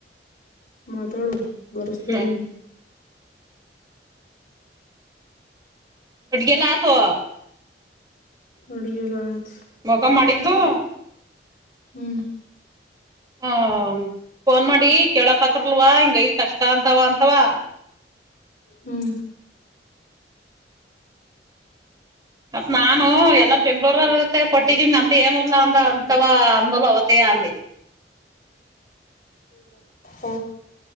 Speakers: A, on the left (about 50°); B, on the right (about 25°).
A: ಮಾತಾಡು ಬರಸ್ತೇನಿ
B: ಹ್ಮ್ ಒಟ್ಗೆಲ್ಲತ
A: ಅಡುಗಲ್ಲ ಆಯ್ತು
B: ಮಖ ಮಾಡಿದ್ದ್ದು
A: ಹ್ಮ್
B: ಹ ಫೋನ್ ಮಾಡಿ ಕೇಳಕ್ತ್ತರ್ಲ್ವ ಹಿಂಗ ಐತ್ತೆ ಕಷ್ಟ ಅಂತವಾ ಅಂತವಾ
A: ಹ್ಮ್
B: ಮತ್ ನಾನು ಎಲ್ಲ ಬೆಂಗ್ಳೂರ ಕೊಟ್ಟಿದೀನಿ ಅಂತ ಏನುರ್ಲ್ಲಾ ಅಂದ ಅಂತವ ಅಂದಲ್ ಅವತೇ ಅಂದಿ <unintelligible> <unintelligible> <unintelligible>
A: ಹ